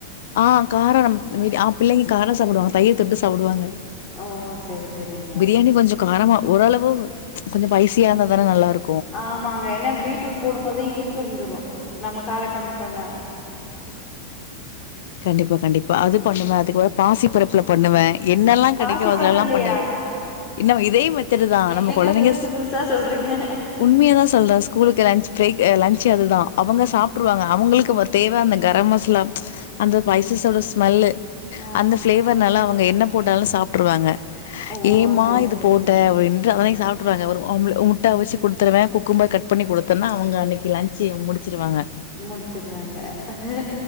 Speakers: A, on the left (about 55°); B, on the left (about 25°).
A: ஆ கார <unintelligible> ஆ பிள்ளைங்க காரொ சாப்புடுவாங்க தயிர் தொட்டு சாப்புடுவாங்க
B: ஓ செரி செரிங்க
A: பிரியாணி கொஞ்சொ காரமா ஓரளவு கொஞ்சோ பைசியா இருந்த தான நல்லாரு
B: ஆமாங்க ஏன்னா பீட்ரூட் போடும்போது இனிப்பு இருந்துரு நம்ம கார கம்மி பண்ண
A: கண்டிப்பா கண்டிப்பா அது பண்ணுவே அதுக்கப்ற பாசிப் பருப்புல பண்ணுவே என்னெல்லா
B: பாசி
A: கெடைக்கு அதுலலா
B: பருப்புலயா?
A: பண்ணுவே இன்ன இதே மாத் திரி தா
B: என்னங்க
A: நம்ம கொழந்தைங்கஸ்
B: புதுசு புதுசா சொல்றீங்க?
A: உண்மையா தா சொல்ற ஸ்கூலுக்கு லன்ச் பிரேக் அ லன்ச் ச் அதுதா அவங்க சாப்ட்ருவாங்க அவ்ங்களுக்கு வர் தேவ அந்த கரம் மஸ்லா அந்த பைசஸோட ஸ்மெல்லு
B: ஆ.
A: அந்த ஃப்ளேவர்னால அவங்க என்ன போட்டாலு சாப் ட்டுருவாங்க
B: ஓ!
A: ஏமா
B: சரி,
A: இது
B: சரிங்க.
A: போட்ட அப்டின்ட்டு அதனை சாப்ட் ட்ருவாங்க ஒரு ஆம்ல முட்ட அவிச்சு குடுத்துருவே குக்கும்பர் கட் பண்ணி குடுத்தன்னா அவ்ங்க அன்னக்கி லன்ச்சு முடிச்சுருவாங்க
B: முடிச்சிருவாங்க அஹே